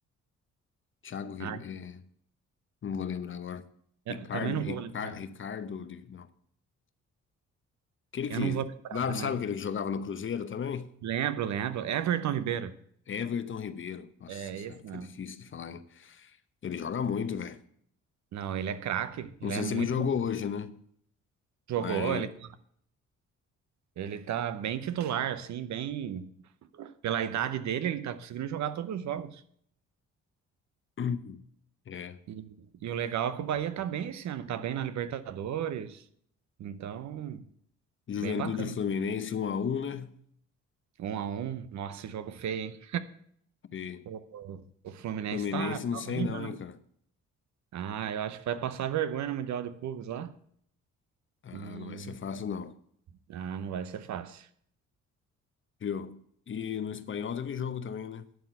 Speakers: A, on the left; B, on the right.
A: Thiago Ribeiro.
B: Ah,
A: É, não vou lembrar agora.
B: eu
A: Ricardo,
B: também não
A: Ricardo,
B: vou lembrar.
A: Ricardo. Olive- Não. Aquele
B: Eu
A: que.
B: não vou lembrar
A: Sabe
B: também.
A: sabe aquele que jogava no Cruzeiro também?
B: Lembro, lembro. Everton Ribeiro.
A: Everton Ribeiro. Nossa
B: É
A: senhora,
B: esse
A: foi
B: mesmo.
A: difícil de falar, hein? Ele joga muito, velho.
B: Não, ele é craque,
A: Não
B: ele
A: sei
B: é muito
A: se ele jogou
B: bom.
A: hoje, né?
B: Jogou,
A: Mas.
B: ele, ele tá bem titular, assim, bem. Pela idade dele, ele tá conseguindo jogar todos os jogos.
A: <clears throat> É.
B: E, e o legal é que o Bahia tá bem esse ano, tá bem na Libertadores. Então,
A: Juventude
B: bem bacana.
A: e Fluminense 1 a 1 né?
B: Um a um, nossa, jogo feio, hein?
A: E
B: O, o Fluminense
A: Fluminense
B: tá, tá
A: não sei
B: horrível,
A: não,
B: né?
A: hein, cara.
B: Ah, eu acho que vai passar vergonha no Mundial de Clubes lá.
A: Ah,
B: E
A: não vai ser fácil, não.
B: ah, não vai ser fácil.
A: Viu? E no espanhol teve jogo também, né?